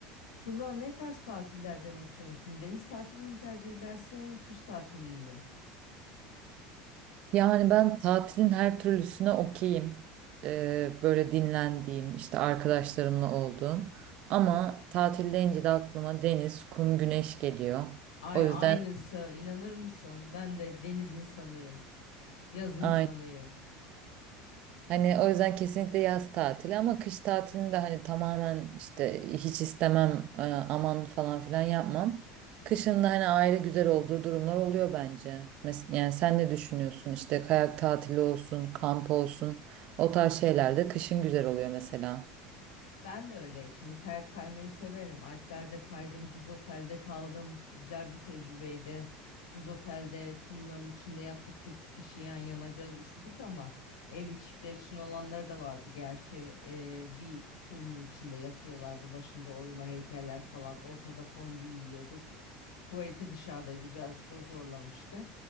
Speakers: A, on the left (about 85°); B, on the right (about 55°).
A: Sıla ne tarz tatillerden hoşlanıyorsun? Deniz tatilini mi tercih edersin, kış tatilini mi?
B: Yani ben tatilin her türlüsüne okeyim. Ee, böyle dinlendiğim, işte arkadaşlarımla olduğum. Ama tatil deyince de aklıma deniz, kum, güneş geliyor.
A: Ay
B: O yüzden
A: aynısı, inanır mısın? Ben de deniz insanıyım, yaz insanıyım.
B: aynı. Hani o yüzden kesinlikle yaz tatili ama kış tatilini de hani tamamen işte hiç istemem, e, aman falan filan yapmam. Kışın da hani ayrı güzel olduğu durumlar oluyor bence. Mes- yani sen ne düşünüyorsun? İşte kayak tatili olsun, kamp olsun. O tarz şeyler de kışın güzel oluyor mesela.
A: Ben de öyle. Şimdi kayak kaymayı severim. Alplerde kaydım, buz otelde kaldım. Güzel bir tecrübeydi. Buz otelde tulumların içinde yattık 8 kişi yan yana. Biraz üşüdük ama evli çiftler için olanları da vardı. Gerçi e, bir tulumun içinde yatıyorlardı. Başında oyma heykeller falan. Ortada fondü yiyorduk. Tuvaleti dışarıdaydı. Birazcık o zorlamıştı.